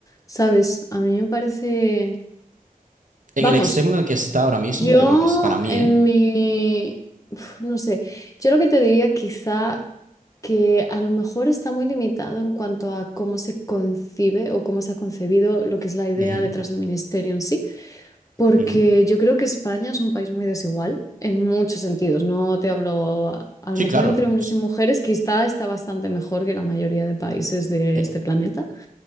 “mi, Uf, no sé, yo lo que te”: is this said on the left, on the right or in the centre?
Left